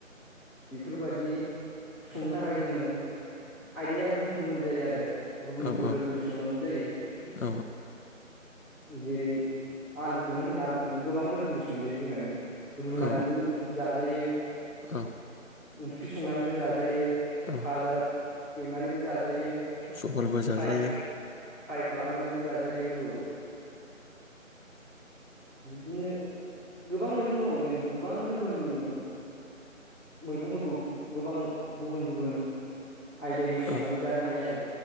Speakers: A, on the left (about 20°); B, on the left (about 80°).
A: बेफोरबादि संनो थाखाय जोङो आयदाया गुबुन गुबुन जायो आरो गुबुन
B: औ
A: गुबुन
B: औ
A: रोखोमनि संनांगौ जायो।
B: औ
A: जेरै आलुखौनो होनो आलुखौनो गोबां रोखोम रोखोमनि संजायो जोंहानि रुनानैबो
B: औ
A: जाजायो
B: औ
A: ओंख्रि संनानैबो जाजायो
B: औ
A: भाजा एवनानैबो जाजायो
B: जहलबो
A: फ्राय
B: जाजायो
A: फ्राय खालामनानैबो जादों जायो औ बिब्दिनो गोबां मैगं दं जों गोबां रोखोमनि मैगंफोरखौ गोबां गुबुन गुबुन आयदायै संनानै
B: औ
A: जानो हायो आरो